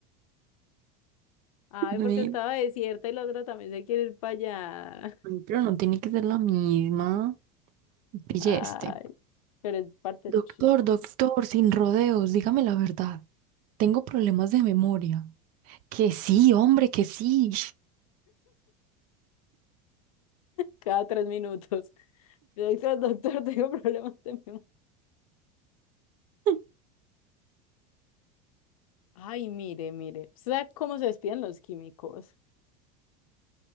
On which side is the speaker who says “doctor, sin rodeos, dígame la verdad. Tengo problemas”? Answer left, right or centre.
Right